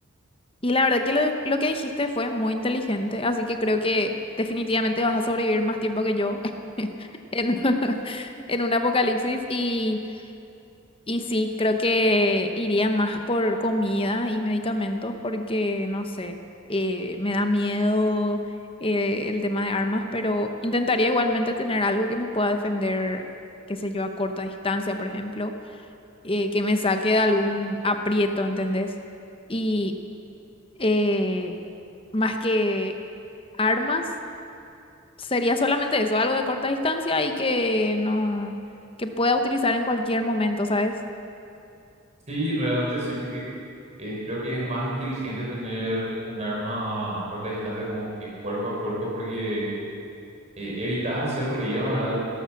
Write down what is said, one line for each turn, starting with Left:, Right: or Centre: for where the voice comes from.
Left: Y la verdad que lo, lo que dijiste fue muy inteligente, así que creo que definitivamente vas a sobrevivir más tiempo que yo <laughs> en, <laughs> en un apocalipsis y... Y sí, creo que iría más por comida y medicamentos porque, no sé, eh, me da miedo eh, el tema de armas, pero intentaría igualmente tener algo que me pueda defender, qué sé yo, a corta distancia, por ejemplo, eh, que me saque de algún aprieto, ¿entendés? Y eh, más que armas, sería solamente eso, algo de corta distancia y que no, que pueda utilizar en cualquier momento, ¿sabes?
Right: Sí, realmente sí, porque eh, creo que es más inteligente tener un arma a, a corta distancia como que cuerpo a cuerpo porque eh, evitas hacer ruidos, ¿verdad?